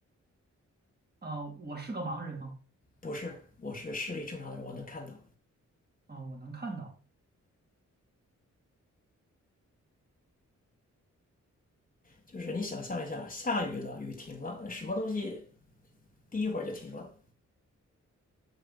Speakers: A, on the right; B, on the left.
A: 啊、我是个盲人吗？
B: 不是，我是视力正常的人，我能看到。
A: 啊、我能看到。
B: 就是你想象一下，下雨了，雨停了，那什么东西第一会儿就停了？